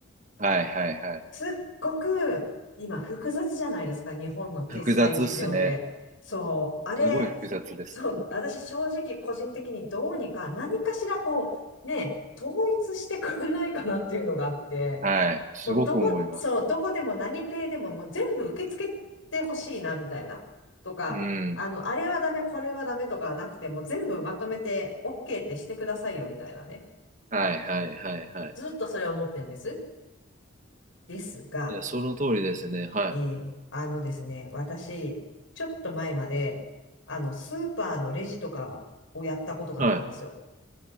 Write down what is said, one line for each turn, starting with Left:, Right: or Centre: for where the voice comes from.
Right: はいはいはい。
Left: すごく、今、複雑じゃないですか、日本の決済事情って。
Right: 複雑っすね。
Left: そう、あれ、
Right: すごい複雑ですね。
Left: そう、私、正直、個人的にどうにか、何かしら、こう、ね、統一してくれないかなっていうのがあって、
Right: はい。すごく思います。
Left: もう、どこ、そう、どこでも何ペイでも、もう全部受け付けてほしいな、みたいな。とか、
Right: うん。
Left: あの、あれはダメ、これはダメとかなくて、もう全部まとめて OK ってしてくださいよ、みたいなね。
Right: はいはいはいはい。
Left: ずっとそれを思ってるんです。ですが、
Right: いや、その通りですね。はい。
Left: えーあのですね、私、ちょっと前まで、あの、スーパーのレジとかをやったことがあったんですよ。
Right: はい。